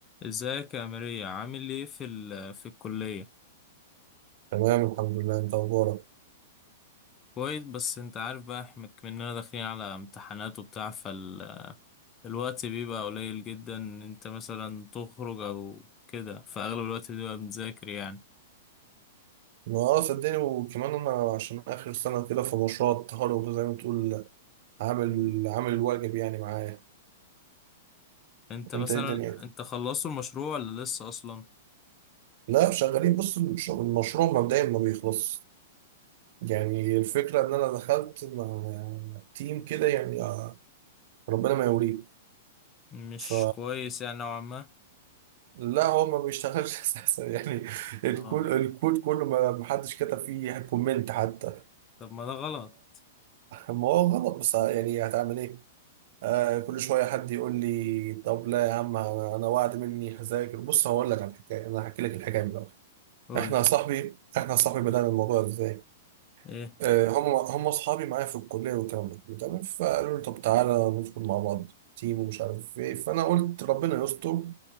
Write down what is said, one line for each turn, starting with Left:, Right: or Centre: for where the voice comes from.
Left: ازيك يا ماريا عامل ايه في ال في الكلية
Right: تمام الحمد لله انت اخبارك
Left: كويس بس انت عارف بقى احنا مننا داخلين على امتحانات وبتاع فالوقت بيبقى قليل جدا ان انت مثلا تخرج او كده فاغلب الوقت بيبقى بنذاكر يعني
Right: ما اه صدقني وكمان انا عشان اخر سنه كده في مشروع التخرج وزي ما تقول عامل عامل الواجب يعني معايا
Left: انت مثلا
Right: انت ايه الدنيا
Left: انت خلصت المشروع ولا لسه اصلا
Right: لا شغالين بص المش- المشروع مبدئيا ما بيخلص يعني الفكره ان انا دخلت مع تيم كده يعني آه، ربنا ما يوريه
Left: مش
Right: ف
Left: كويس يعني نوعا ما
Right: لا هو ما بيشتغلش <laughs> اساسا يعني الكود
Left: اه
Right: الكود كله ما ما حدش كتب فيه كومنت حتى
Left: طب ما ده غلط
Right: فما هو غلط بس يعني هتعمل ايه آه كل شويه حد يقول لي طب لا يا عم انا أنا وعد مني هذاكر بص هقول لك على الحكايه انا هحكي لك الحكايه من الاول
Left: قولي
Right: احنا يا صاحبي احنا يا صاحبي بدانا الموضوع ازاي
Left: ايه
Right: آه هم هم اصحابي معايا في الكليه والكلام ده كله تمام فقالوا لي طب تعالى ندخل مع بعض تيم ومش عارف ايه فانا قلت ربنا يستر